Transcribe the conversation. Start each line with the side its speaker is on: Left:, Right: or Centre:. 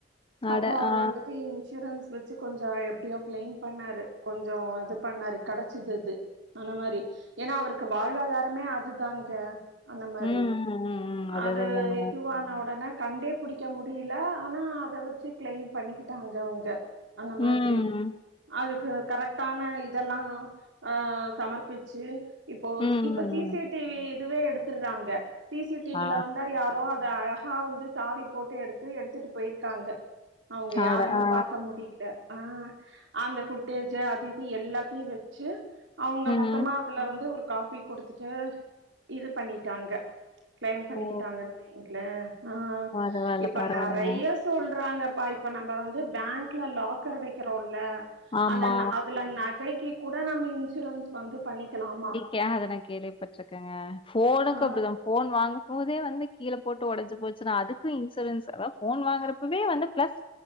Left: அட
Right: அப்போ அவுரு
Left: ஆ.
Right: வந்துட்டு இன்சூரன்ஸ் வச்சு கொஞ்சோ எப்பிடியோ க்ளைம் பண்ணாரு கொஞ்சோ இது பண்ணாரு கெடச்சிது அது சொன்ன மாரி ஏன்னா அவருக்கு வாழ்வாதாரமே அது தாங்க அந்த மாரி
Left: ம், ம், ம், ம்.
Right: அது
Left: அதுதாங்க.
Right: இதுவான ஒடனே கண்டே புடிக்க முடியல ஆனா அத வச்சு க்ளைம் பண்ணிக்கிட்டாங்க அவுங்க அந்த மாதிரி
Left: ம், ம்,
Right: அதுக்கு கரெக்ட் ட்டான இதெல்லா ஆ சமர்ப்பிச்சு இப்போ
Left: ம்,
Right: இப்ப சி
Left: ம்.
Right: சி டி வி இதுவே எடுத்துட்றாங்க சி சி டி வி
Left: ஆ.
Right: ல வந்தா யாரோ அ து அழகா வந்து சாவி போட்டு எடுத்து எடுத்துட்டு போயிருக்காங்க அவுங்க
Left: அட
Right: யாருன்னு
Left: ஆ.
Right: பாக்க முடியில அ அந்த ஃபுட்டேஜ்ஜு அது இது எல்லாத்தையு வெச்சு அவ்ங்க
Left: ம்.
Right: மொத்தமா அதுல வந்து ஒரு காபி குடுத்துட்டு இது பண்ணிட்டாங்க க்ளைம் பண்ணிக்கிட்டாங்கன்னு
Left: ஓ!
Right: வைங்ளே ஆ
Left: பரவால்ல,
Right: இப்ப
Left: பரவால்லங்க.
Right: நறைய சொல்றாங்கப்பா இப்ப நம்ப வந்து பேங்க்ல லாக்கர் வைக்கிறோல்ல
Left: ஆமா.
Right: அந்த ந அதுல நகைக்கி கூட நம்ப இன்சூரன்ஸ் வந்து பண்ணிக்கலாமா
Left: ஏ அத நா கேள்விப்பட்ருக்கங்க ஃபோனுக்கு
Right: ஆ
Left: அப்டிதா ஃபோன் வாங்கும் போதே வந்து கீழ போட்டு ஒடஞ்சு போச்சுன்னா அதுக்கு இன்சூரன்ஸ் அதா ஃபோன் வாங்குறப்பவே வந்து ப்ளஸ்